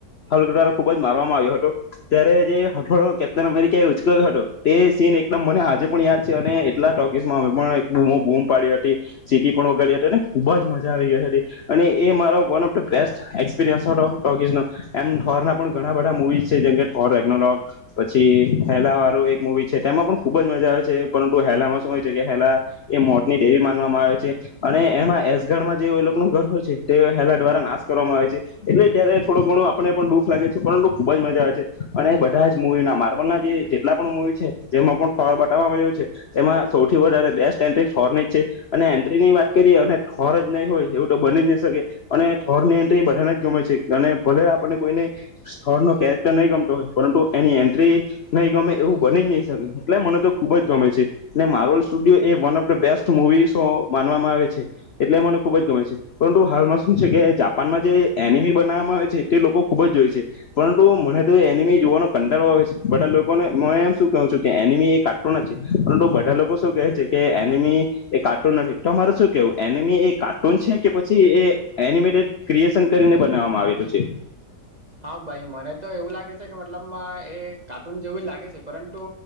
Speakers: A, on the left (about 60°); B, on the right (about 35°).
A: હક દ્વારા ખૂબ જ મારવામાં આવ્યો હતો. ત્યારે જે હઠોળો કેપ્ટન અમેરિકા એ ઉચક્યો હતો એ સીન એકદમ મને આજે પણ યાદ છે અને એટલા ટોકીસમાં અમે બૂમ પાડી હતી, સીટી પણ ઓગાડી હતી અને ખુબ જ મજા આવી ગઈ, અને એ મારો one of the best experience હતો ટોકીસનો, એમ ઢોરના પણ ઘણા બધા મુવી જેમ કે ઠોર વેગ્નોલોગ, પછી હેલા વાળું એક મુવી છે તેમાં પણ ખુબ જ મજા આવે છે પરંતુ હેલામાં શું હોય છે કે હેલા, એ મોતની ડેરી માનવામાં આવે છે અને એમાં એસગઢમાં જેવ એ લોકો નું ઘર હોય છે તે હેલા દ્વારા નાશ કરવામાં આવે છે, એટલે ત્યારે થોડું ઘણું આપણે પણ દુઃખ લાગે છે પરંતુ મજા આવે અને બધા જ મુૂવીના માર્બલના જે જેટલા પણ મુવી છે જેમાં પણ ઠોર બતાવવાવામાં્યો છે તેમાં સૌથી વધારે બેસ્ટ એન્ટ્રી ઠોરની જ છે અને એન્ટ્રી ની વાત કરીએ અને ઠોર જ નહીં હોય એવું તો બની જ નહી શકે અને ઠોર ની એન્ટ્રી બધાને જ ગમે છે અને ભલે આપને કોઈને થોર ન કેરેક્ટર નહીં ગમતો હોય પરંતુ એની એન્ટ્રી નહીં ગમે એવું બની જ નહી શકે એટલે મને તો ખૂુબ જ ગમે છે ને માર્વોલ સ્ટુડિયો એ one of the best movie show માનવામાં આવે છે એટલે મને ખૂબ જ ગમે છે પરંતુ હાલમાં શું છે કે જાપાનમાં જે એનિમી બનાવવામાં આવે છે તે લોકો ખૂબ જ જોય છે. પરુ મને તો એનિમી જોવાનો કંટારો આવે છે, બધા લોકોને એમ શું કહું છું કે એનિમી એ કાર્ટૂન જ છે, પરંતુ બધા લોકો શું કહે છે કે એનિમી એ કાર્ટૂન નથી તો મારે શું કેવું એનિમી એ કાર્ટૂન છે કે પછી એ એનિમેટેડ ક્રિએશન કરીને બનાવવામાં આવેલું છે?
B: હા ભાઈ મને તો એવું લાગે છે કે મતલબ એ કાર્ટૂન જેવું જ લાગે છે પરંતુ